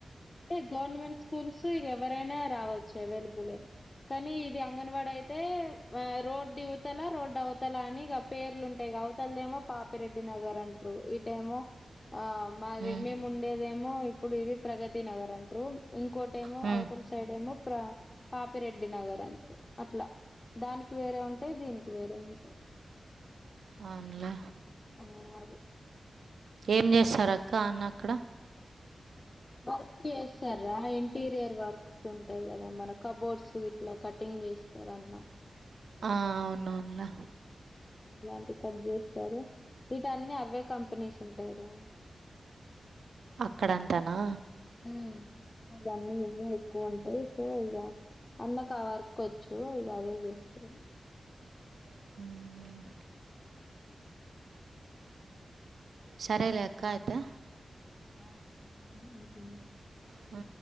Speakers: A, on the left (about 30°); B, on the right (about 85°).
A: టే గవర్నమెంట్ స్కూల్స్ ఇగ ఎవరైనా రావచ్చు అవైలబులే కానీ ఇది అంగన్వాడ అయి తే రోడ్ ఇవతలా రోడ్ ఆవు అవతల అని ఇగ పేర్లుంటాయి అవతలదేమో పాపిరెడ్డి నగర్ అంటారు ఇటేమో ఆ మాది
B: హ్మ్.
A: మేము ఉండేదేమో ఇప్పుడు ఇది ప్రగతి నగర్ అంటారు ఇంకోటి ఏమో
B: హ్మ్.
A: అవతలి సైడ్ ఏమో ప్ర పాపిరెడ్డి నగర్ అంటారు అట్లా దానికి వేరే ఉంటాయి దీనికి వేరే ఉంటాయి
B: అవునులే
A: అంగన్వాడి.
B: ఏం చేస్తారు అక్క అన్న అక్కడ
A: వర్క్ చేస్తారా ఇంటీరియర్ వర్క్ ఉంటాయి కదా మన కబోర్డ్స్ ఇట్లా కటింగ్ చేస్తారు అన్న
B: ఆ అవునవునులా
A: ఇలాంటి కట్ చేస్తారు ఇటు అన్ని అవే కంపెనీస్ ఉంటాయరా
B: అక్కడంతానా
A: ఉ ఇటు సైడ్ అన్నీ ఇవ్వే ఎక్కువ ఉంటాయి సో ఇగ అన్నకు ఆ వర్క్ వచ్చు ఇక అదే చేస్తంది
B: హ సరేలే అక్క అయితే
A: ఆ అంట
B: అ